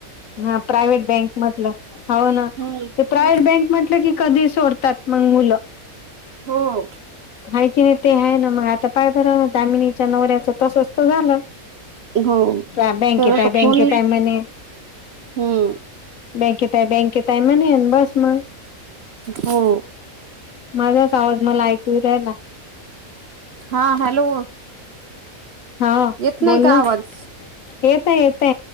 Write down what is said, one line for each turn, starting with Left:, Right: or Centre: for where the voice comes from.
Left: हा प्रायव्हेट बँक म्हटलं हव ना,
Right: हम्म.
Left: ते प्रायव्हेट बँक म्हटलं की. कधी सोडतात मग मुलं.
Right: हो.
Left: आहे की नाही ते आहे ना मग, आता पाय बरं दामिनीच्या नवऱ्याचं तसंच त झालं.
Right: हो
Left: त्या बँकेत
Right: तर आता
Left: आहे, बँकेेत
Right: फोन येईल
Left: हाय म्हणे.
Right: हम्म.
Left: बँकेेत आहे बँकेेत आहे, म्हणे बस मग.
Right: हो.
Left: माझाच आवाज मला ऐकू येऊ राहायला.
Right: हा हॅलो.
Left: हा..
Right: येत नाही
Left: बोल
Right: का
Left: ना
Right: आवाज
Left: येत ये, येत